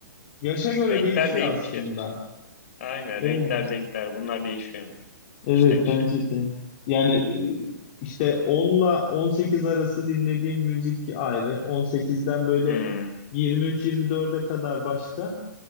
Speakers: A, on the left; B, on the left.
A: yaşa göre
B: Renkler
A: değişiyor
B: değişir.
A: aslında.
B: Aynen
A: Evet,
B: renkler renkler bunlar değişiyor.
A: evet
B: İşten kişiye.
A: bence de. Yani e, işte onla 18 arası dinlediğim müzik ayrı. on sekizden böyle
B: Hı.
A: 23-24'e kadar başka.